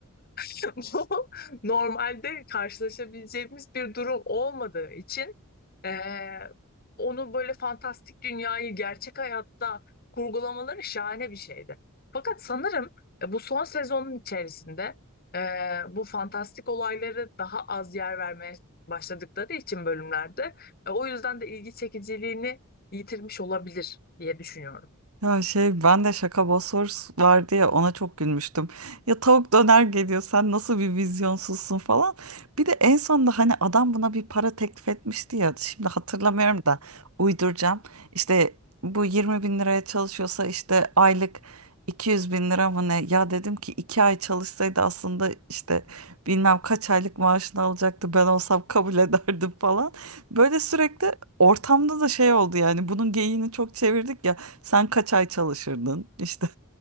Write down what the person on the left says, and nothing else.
<laughs> Bu normalde karşılaşabileceğimiz bir durum olmadığı için eee, onu böyle fantastik dünyayı gerçek hayatta kurgulamaları şahane bir şeydi. Fakat sanırım e, bu son sezonun içerisinde eee, bu fantastik olayları daha az yer vermeye başladıkları için bölümlerde e, o yüzden de ilgi çekiciliğini yitirmiş olabilir diye düşünüyorum.